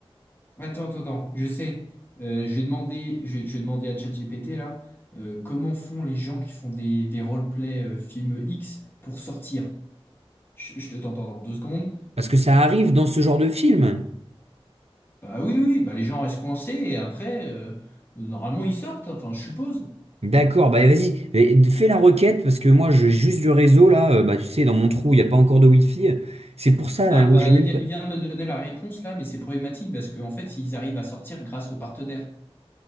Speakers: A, on the left; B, on the right.
A: Attends, attends, attends. Je sais. Euh, je vais demander, je vais, je vais demander à ChatGPT là, euh, comment font les gens qui font des, des roleplay euh, film X pour sortir? Je, je te t'entends dans deux secondes.
B: parce que ça arrive dans ce genre de film.
A: Ah oui, oui, oui, bah les gens restent coincés et après, euh, normalement, ils sortent. Enfin, je suppose.
B: D'accord, bah vas-y, Mais fais la requête parce que moi j'ai juste du réseau là, euh, bah tu sais, dans mon trou, il n'y a pas encore de Wi-Fi, C'est pour ça là,
A: Ah
B: moi,
A: bah
B: j'ai
A: il
B: même
A: vient,
B: pas-
A: il vient de me donner la réponse là, mais c'est problématique parce qu'en fait, ils arrivent à sortir grâce aux partenaires.